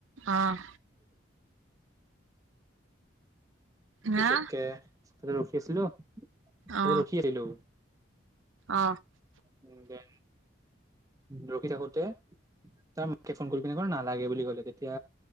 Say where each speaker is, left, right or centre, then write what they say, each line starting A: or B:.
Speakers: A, on the right (about 85°); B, on the right (about 15°).
A: আহ হা
B: পিছতকে তে ৰখি আছিলো ত
A: অ
B: ৰখি আহিলোঁ
A: অ
B: উম দে ৰখি থাকোতে তাৰ মাকে ফোন কৰি পিনে ক নালাগে বুলি কলে তেতিয়া